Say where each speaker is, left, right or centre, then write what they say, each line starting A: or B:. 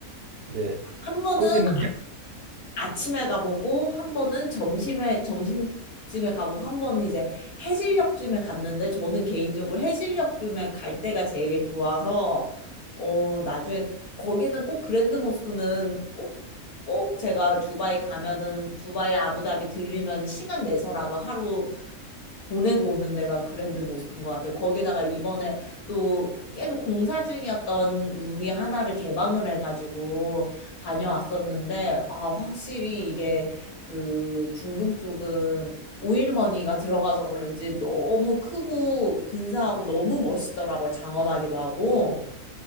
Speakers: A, on the right; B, on the left.
A: 네,
B: 한 번은
A: 거기는
B: 아-
A: 겨-
B: 아침에 가보고 한 번은 점심에 점심쯤에 가보고 한 번은 이제 해질녘쯤에 갔는데 저는 개인적으로 해질녘쯤에 갈 때가 제일 좋아서 어, 나중에 거기는 꼭 그랜드 모스크는 꼭 꼭 제가 두바이 가면은 두바이 아부다비 들리면 시간 내서라도 하루 보내고 오는 데가 그랜드 모스크인 것 같아요. 거기다가 이번에 또 계속 공사 중이었던 룸이 하나를 개방을 해가지고 다녀왔었는데, 아, 확실히 이게 그 중동 쪽은 오일머니가 <laughs> 들어가서 그런지 너무 크고 근사하고 너무 멋있더라고요. 장엄하기도 하고.